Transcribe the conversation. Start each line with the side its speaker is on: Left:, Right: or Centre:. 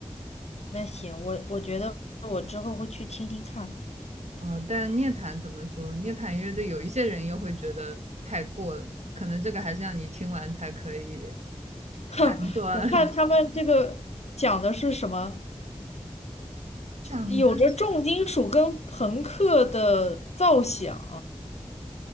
Left: 那行，我我觉得我之后会去听听看。
Right: 啊、呃但涅槃怎么说？涅槃乐队有一些人又会觉得太过了，可能这个还是让你听完才可以
Left: <laughs> 哼，
Right: <laughs> 判断。
Left: 我看他们这个讲的是什么，
Right: <laughs> 讲的是
Left: 有着重金属跟朋克的造响，